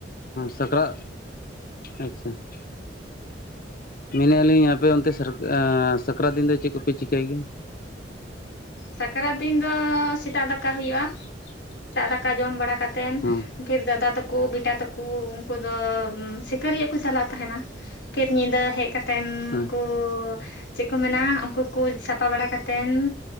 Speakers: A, on the left; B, on the left.
A: ᱥᱟᱠᱨᱟ, ᱟᱪᱪᱷᱟ᱾ <unintelligible> ᱢᱮᱱᱮᱫᱼᱟ ᱞᱤᱧ ᱟᱯᱮ ᱚᱱᱛᱮ ᱥᱟᱨ, ᱥᱟᱠᱨᱟᱛ ᱫᱤᱱ ᱫᱚ ᱪᱮᱫ ᱠᱚᱯᱮ ᱪᱤᱠᱟᱹᱭ ᱜᱮᱭᱟ?
B: ᱥᱟᱠᱨᱟᱛ ᱫᱤᱱ ᱫᱚ ᱥᱮᱛᱟᱜ ᱫᱟᱠᱟ ᱦᱩᱭᱩᱜᱼᱟ, ᱥᱮᱛᱟᱜ ᱫᱟᱠᱟ ᱡᱚᱢ ᱵᱟᱲᱟ ᱠᱟᱛᱮᱱ᱾
A: ᱦᱚᱸ
B: ᱰᱷᱮᱨ ᱫᱟᱫᱟ ᱛᱟᱠᱚ ᱵᱮᱴᱟ ᱛᱟᱠᱚ ᱩᱱᱠᱩ ᱫᱚ, ᱥᱤᱠᱟᱹᱨᱤᱭᱟᱹᱜ ᱠᱚ ᱪᱟᱞᱟᱜ ᱛᱟᱦᱮᱱᱟ ᱯᱷᱤᱨ ᱧᱤᱫᱟᱹ ᱦᱮᱡ ᱠᱟᱛᱮᱱ
A: ᱦᱮᱸ
B: ᱩᱱᱠᱩ, ᱪᱮᱫ ᱠᱚ ᱢᱮᱱᱟ ᱩᱱᱠᱩ ᱠᱩᱡ ᱥᱟᱯᱟ ᱵᱟᱲᱟ ᱠᱟ ᱠᱟᱛᱮᱱ᱾